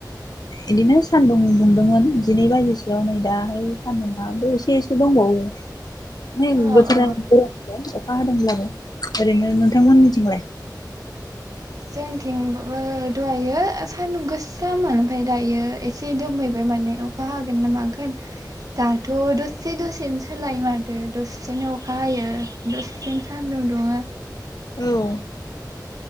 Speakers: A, on the left; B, on the right.
A: इदिनो सानदुं दुंदोंमोन जिनै बाज। सोआव नै दाहाय सानदुंङाबो एसे। एसे एसे दंबावो। न
B: अ
A: बसोर
B: अ
A: <inaudible> अखा हादोंब्लाबो ओरैनो नोंथांमोननिथिंलाय।
B: जोंनिथिंबो दहायो सान्दुं गोसामोन ओमफाय दायो एसे दोमैबाय माने अखा हागोन ना मागोन दाथ दसे दसेनो सोलाय माथो दसेनो अखा हायो दसेनो सान्दुं दुङो।
A: औ